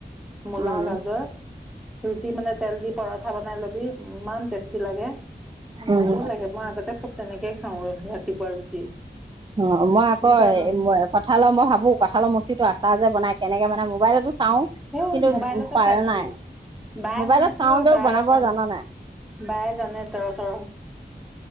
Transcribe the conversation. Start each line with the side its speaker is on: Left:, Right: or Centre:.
Centre: মূলা,
Right: উম
Centre: গাজৰ ৰুটি মানে তেল দি। <unintelligible> <unintelligible> ল'বি ইমান টেষ্টি লাগে। বহিয়া
Right: উম
Centre: লাগে। মই আগতে তেনেকেই খাওঁ ৰাতিপুৱা ৰুটি।
Right: অ মই আকৌ
Centre: এতিয়া
Right: কঁঠালৰ মই ভাবো কঁঠালৰ মূচিটো যে আচাৰ আচাৰ বনাই। তেনেক মানে মোবাইলতো, চাওঁ
Centre: এ
Right: কিন্তু
Centre: মোবাইলতে
Right: পাৰা
Centre: চাই লবি,
Right: নাই
Centre: বায়ে
Right: মোবাইলত
Centre: বনাইছিলে
Right: চাওঁতেও
Centre: বায়েখন
Right: বনাব জানা নাই
Centre: বায়ে জানে ত। <unintelligible>